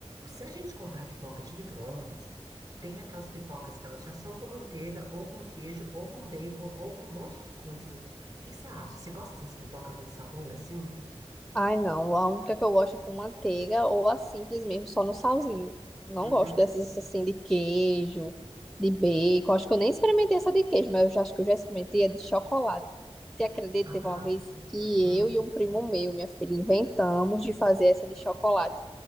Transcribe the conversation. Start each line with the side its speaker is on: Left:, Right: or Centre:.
Right: Se a gente comprar pipoca de micro-ondas, tem aquelas pipocas que elas já são com manteiga, ou com queijo, ou com bacon, ou com um monte de coisa. O que que você acha? Você gosta dessas pipoca com sabor assim?
Centre: Ai, não. A única que eu gosto é com manteiga ou a simples mesmo, só no salzinho. Não
Right: Hum,
Centre: gosto dessas assim de queijo, de bacon. Acho que eu nem experimentei essa de queijo, mas eu já acho que eu já experimentei a de chocolate. Você acredita,
Right: ah,
Centre: teve uma vez que
Right: hum.
Centre: eu e um primo meu, minha filha, inventamos de fazer essa de chocolate.